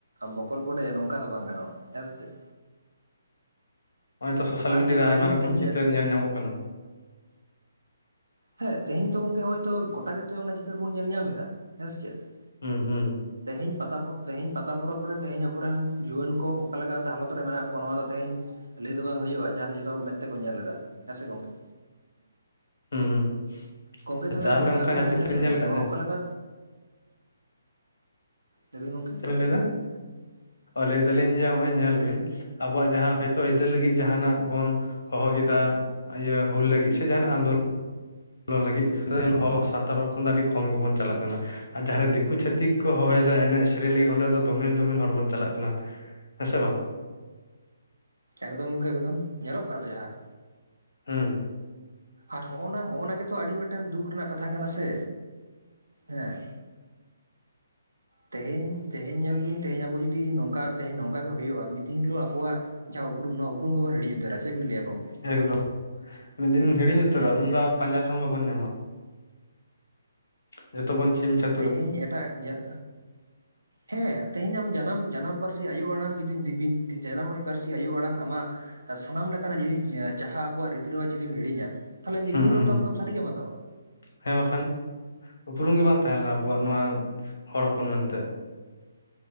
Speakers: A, on the right; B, on the left.
A: ᱵᱚᱠᱚᱞ ᱵᱚᱰᱟᱭᱟ ᱱᱚᱝᱠᱟ ᱫᱚ ᱵᱟᱝ ᱜᱟᱱᱚᱜᱼᱟ᱾ ᱦᱮ ᱥᱮ ᱪᱮᱫ?
B: ᱦᱚᱸᱜᱼᱚᱭ ᱛᱚ ᱥᱳᱥᱟᱞ
A: ᱟᱨ
B: ᱢᱤᱰᱤᱭᱟ
A: ᱧᱮᱞ
B: ᱨᱮ ᱟᱭᱢᱟ
A: ᱟᱹᱵᱤᱱ
B: ᱨᱚᱠᱚᱢ
A: ᱛᱮᱦᱮᱧ
B: ᱪᱤᱛᱟᱹᱨ ᱧᱮᱞ ᱧᱟᱢᱚᱜ ᱠᱟᱱᱟ᱾
A: ᱦᱮᱸ ᱛᱮᱦᱮᱧ ᱛᱚ ᱜᱚᱝᱠᱮ ᱦᱚᱜᱚᱭ ᱛᱚ ᱜᱚᱴᱟ ᱜᱮᱛᱚ ᱚᱱᱟ ᱪᱤᱛᱟᱹᱨ ᱵᱚᱱ ᱧᱮᱞ ᱧᱟᱢ ᱮᱫᱟ, ᱦᱮᱸᱥᱮ ᱪᱮᱫ?
B: ᱦᱩᱸ ᱦᱩᱸ᱾
A: ᱛᱮᱦᱤᱧ ᱯᱟᱛᱟ ᱯᱚᱯ ᱛᱮᱦᱤᱧ ᱯᱟᱛᱟ ᱯᱚᱨᱚᱵᱽ ᱨᱮ ᱛᱮᱦᱤᱧ ᱟᱵᱚᱨᱮᱱ ᱡᱩᱣᱟᱹᱱ ᱠᱚ ᱚᱠᱟ ᱞᱮᱠᱟᱛᱮ ᱦᱟᱞᱚᱛ ᱨᱮ ᱢᱮᱱᱟᱜ ᱠᱚᱣᱟ ᱱᱚᱣᱟ ᱫᱚ ᱛᱮᱦᱤᱧ ᱞᱟᱹᱭ ᱫᱚ ᱵᱟᱝ ᱦᱩᱭᱩᱜᱼᱟ ᱡᱟᱦᱟᱸ ᱫᱚ ᱡᱚᱛᱚ ᱦᱚᱲ ᱢᱮᱫ ᱛᱮᱠᱚ ᱧᱮᱞ ᱮᱫᱟ, ᱦᱮᱸ ᱥᱮ ᱜᱚᱝᱠᱮ?
B: ᱦᱮᱸ ᱦᱩᱸ᱾
A: ᱜᱚᱝᱠᱮ ᱛᱟᱦᱚᱞᱮ
B: ᱟᱪᱪᱷᱟ
A: ᱟᱵᱤᱱ
B: ᱟᱢ ᱚᱱᱠᱟᱱᱟᱜ
A: ᱟᱱᱤᱟᱜ
B: ᱪᱤᱛᱟᱹᱨᱤᱧ
A: ᱢᱚᱱᱮ ᱪᱮᱫ
B: ᱧᱮᱞ
A: ᱮ ᱞᱮᱭᱟ
B: ᱟᱠᱟᱫᱟ
A: ᱱᱚᱣᱟ ᱚᱠᱟᱞᱮᱠᱟ ᱦᱮᱸ ᱞᱟᱹᱭᱵᱤᱱ ᱜᱚᱝᱠᱮ
B: ᱪᱮᱜ ᱵᱤᱱ ᱞᱮᱭᱫᱟ?
A: <inaudible>
B: ᱞᱟᱹᱭ ᱫᱟᱞᱤᱧ ᱡᱮ ᱦᱚᱜᱼᱚᱭ ᱧᱮᱞ ᱵᱤᱱ ᱟᱵᱚᱣᱟᱜ ᱡᱟᱦᱟᱸ ᱦᱚᱭᱛᱳ ᱟᱹᱭᱫᱟᱹᱨ ᱞᱟᱹᱜᱤᱫ ᱡᱟᱦᱟᱸ ᱱᱟᱜ ᱵᱚᱱ ᱦᱚᱦᱚ ᱠᱮᱫᱟ ᱤᱭᱟᱹ ᱦᱩᱞ ᱞᱟᱹᱜᱤᱫ ᱥᱮ, ᱡᱟᱦᱟᱱᱟᱜ ᱟᱱᱫᱳᱞᱚᱱ᱾ ᱞᱳᱱ ᱞᱟᱹᱜᱤᱜ ᱦᱚᱲ ᱥᱟᱱᱛᱟᱲ ᱦᱚᱯᱚᱱ ᱫᱚ ᱟᱹᱰᱤ ᱠᱚᱢ ᱜᱮᱵᱚᱱ ᱪᱟᱞᱟᱜ ᱠᱟᱱᱟ᱾ ᱟᱨ ᱡᱟᱦᱟᱸᱨᱮ ᱫᱤᱠᱩ ᱪᱷᱟᱹᱛᱤᱠ ᱠᱚ ᱦᱚᱦᱚᱭᱫᱟ, ᱮᱱᱮᱡ ᱥᱮᱨᱮᱧ ᱞᱟᱹᱜᱤᱜ ᱚᱸᱰᱮ ᱫᱚ ᱫᱚᱢᱮᱞ ᱫᱚᱢᱮᱞ ᱦᱚᱲ ᱵᱚᱱ ᱪᱟᱞᱟᱜ ᱠᱟᱱᱟ᱾ ᱦᱮᱸ ᱥᱮ ᱵᱟᱝ?
A: ᱮᱠᱫᱚᱢ ᱜᱚᱢᱠᱮ ᱮᱠᱫᱚᱢ ᱧᱮᱞᱚᱜ ᱠᱟᱱᱟ ᱛᱚ ᱡᱟᱦᱟᱸ᱾
B: ᱦᱩᱸᱻ᱾
A: ᱟᱨ ᱦᱚᱜᱼᱱᱟ ᱦᱚᱜᱼᱱᱟ ᱜᱮᱛᱚ ᱟᱹᱰᱤ ᱢᱤᱫᱴᱮᱝ ᱫᱩᱠ ᱨᱮᱱᱟᱜ ᱠᱟᱛᱷᱟ ᱠᱟᱱᱟ, ᱥᱮ ᱦᱮᱸᱻ᱾ ᱛᱮᱦᱮᱧ ᱛᱮᱦᱮᱧ ᱧᱮᱞ ᱵᱤᱱ ᱛᱮᱦᱤᱧ ᱟᱵᱚ ᱡᱩᱫᱤ ᱱᱚᱝᱠᱟ, ᱛᱮᱦᱮᱧ ᱱᱚᱝᱠᱟ ᱜᱮ ᱦᱩᱭᱩᱜᱼᱟ ᱢᱤᱫ ᱫᱤᱱ ᱦᱤᱞᱳᱜ ᱟᱵᱚᱣᱟᱜ ᱡᱟᱦᱟᱸ ᱩᱯᱩᱨᱩᱢ ᱱᱚᱣᱟ ᱩᱯᱩᱨᱩᱢ ᱜᱮᱵᱚᱱ ᱦᱤᱲᱤᱧ ᱩᱛᱟᱹᱨᱟ᱾ ᱪᱮᱜ ᱵᱤᱱ ᱞᱟᱹᱭᱟ ᱜᱚᱝᱠᱮ
B: ᱮᱠᱫᱚᱢ ᱢᱤᱫ ᱫᱤᱱ ᱦᱤᱲᱤᱧ ᱩᱛᱟᱹᱨᱟ ᱩᱱᱫᱚ ᱯᱟᱸᱡᱟ ᱛᱮᱦᱚᱸ ᱵᱟᱵᱚᱱ ᱧᱟᱢᱟ᱾ ᱡᱷᱚᱛᱚ ᱵᱚᱱ ᱪᱷᱤᱢ ᱪᱷᱟ
A: ᱛᱮᱦᱮᱧ ᱮᱴᱟᱜ ᱧᱮᱞ ᱦᱮᱸ ᱛᱮᱦᱮᱧ ᱟᱢ ᱡᱟᱱᱟᱢ ᱡᱟᱱᱟᱢ ᱯᱟᱹᱨᱥᱤ ᱟᱭᱳ ᱟᱲᱟᱝ ᱡᱩᱫᱤ ᱡᱟᱱᱟᱢ ᱯᱟᱹᱨᱥᱤ ᱟᱭᱳ ᱟᱲᱟᱝ ᱟᱢᱟᱜ ᱥᱟᱱᱟᱢ ᱞᱮᱠᱟᱱᱟᱜ ᱡᱩᱫᱤ ᱡᱟᱦᱟᱸ ᱟᱵᱚᱣᱟᱜ ᱨᱤᱛᱤ ᱨᱮᱣᱟᱡᱽ ᱡᱩᱫᱤᱢ ᱦᱤᱲᱤᱧᱟ ᱛᱟᱦᱚᱞᱮ ᱢᱤᱫ
B: ᱦᱩᱸ
A: ᱫᱤᱱ ᱦᱤᱞᱳᱜ
B: ᱦᱩᱸ
A: ᱛᱟᱢ ᱫᱚᱢ ᱥᱟᱹᱨᱤ ᱜᱮᱢ ᱟᱫᱚᱟ᱾
B: ᱦᱮᱸ ᱵᱟᱠᱷᱟᱱ ᱩᱯᱨᱩᱢ ᱜᱮ ᱵᱟᱝ ᱛᱟᱦᱮᱸᱞᱮᱱᱟ ᱟᱵᱚᱣᱟᱜ ᱱᱚᱣᱟ ᱦᱚᱲ ᱦᱚᱯᱚᱱ ᱢᱮᱱᱛᱮ ᱾